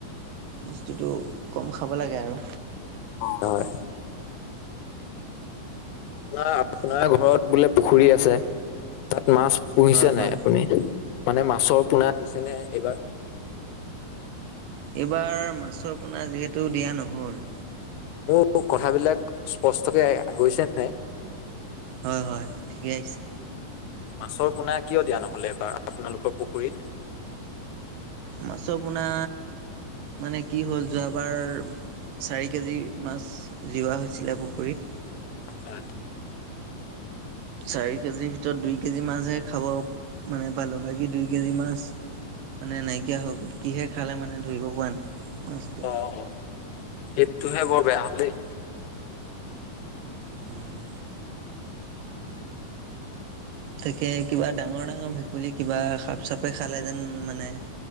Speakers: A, on the right; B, on the left.
A: বস্তুটো কম খাব লাগে আৰু
B: হয়। আপোনাৰ আপোনাৰ ঘৰত বোলে পুখুৰী আছে তাত মাছ পুহিছে
A: হয় হয়
B: নাই আপুনি মানে মাছৰ পোনা দিছে নে এইবাৰ?
A: এইবাৰ মাছৰ পোনা যিহেতু দিয়া নহ'ল।
B: মোৰ কথাবিলাক স্পষ্টকে গৈছে নাই?
A: হয় হয়, ঠিকে আহিছে।
B: মাছৰ পোনা কিয় দিয়া নহ'ল এইবাৰ আপোনালোকৰ পুখুৰীত?
A: মাছৰ পোনা মানে কি হ'ল যোৱাবাৰ চাৰি কেজি মাছ জিওৱা হৈছিলে পুখুৰীত
B: হয়।
A: চাৰি কেজিৰ ভিতৰত দুই কেজি মাছহে খাব মানে পালো, বাকী দুই কেজি মাছ মানে নাইকিয়া হৈ গ'ল কিহে খালে মানে ধৰিব পৰা নাই মাছটো।
B: অ' সেইটোহে বৰ বেয়া হল দেই।
A: উম। থাকে কিবা ডাঙৰ ডাঙৰ ভেকুলী কিবা সাপ চাপে খালে যেন মানে,